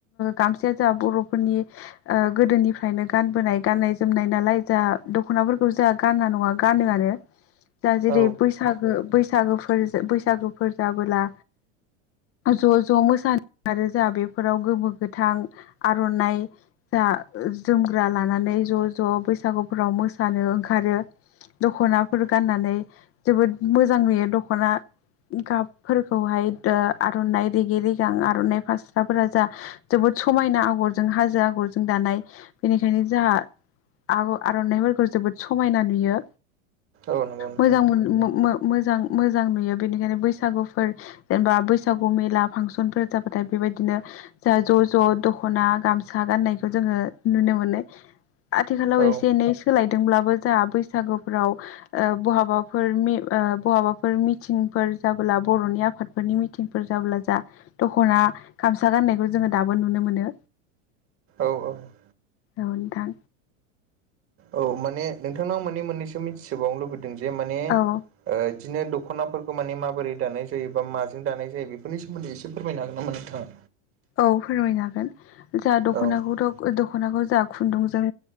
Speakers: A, on the left; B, on the right.
A: गामसाया जाहा बर'फोरनि ओ गोदोनिफ्रायनो गानबोनाय गाननाय जोमनाय नालाय जा दख'नाफोरखौ जा गाना नङा गानोआनो दा जेरै
B: औ
A: बैसागो बैस सागोफोर बैसागोफोर जाबोला ज' ज' मोसानो आरो जा बेफोराव गोमो गोथां आर'नाय जा जोमग्रा लानानै ज' ज' बैसागुफोराव मोसानो ओंखारो। दख'नाफोर गाननानै जोबोद मोजां नुयो दख'ना गाबफोरखौहाय दा आर'नाय रेगे रेगां आर'नाय फासराफोरा जा जोबोद समायना आगरजों हाजो आगरजों दानाय बेनिखायनो जाहा आर'-आर'नायफोरखौ जोबोद समायना नुयो।
B: औ नंगौ नोंथां
A: मोजां मोन मो-मो-मोजां। मोजां नुयो बेनिखायनो बैसागुफोर जेनेबा बैसागु मेला फांसनफोर जाबाथाय बेबायदिनो जा ज' ज' दख'ना गामसा गाननायखौ जोङो नुनो मोनो। आथिखालाव
B: औ
A: एसे एनै सोलायदोंब्लाबो जाहा बैसागुफोराव ओ बहाबाफोर मे ओ बहाबा फोर मिथिंफोर जाबोला बर'नि आफादफोरनि मिथिंफोर जाबोला जा दख'ना गामसा गान नायखौ जोङो दाबो नुनो मोनो।
B: औ औ
A: औ नोंथां।
B: औ माने नोंथांनाव माने मोननैसो मिथिसोबावनो लुबैदों जे माने ओ
A: औ
B: बिदिनो दख'नाफोरखौ माने माबोरै दानाय जायो बा माजों दानाय जायो बेफोरनि सोमोन्दै एसे फोरमायनो हागोन नामा नोंथाङा?
A: औ फोरमायनो हागोन जा दख'नाखौथ
B: औ
A: दख' दख'नाखौ जाहा खुन्दुंजों